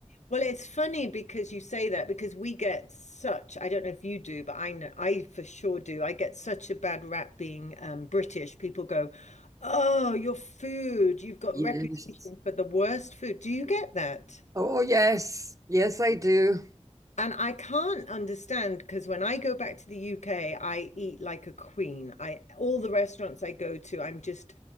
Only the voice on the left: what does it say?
Well, it's funny because you say that because we get such, I don't know if you do, but I know I for sure do. I get such a bad rap being um, British. People go, Oh, your food, you've got
reputation for the worst food. Do you get that?
And I can't understand because when I go back to the UK, I eat like a queen. I all the restaurants I go to, I'm just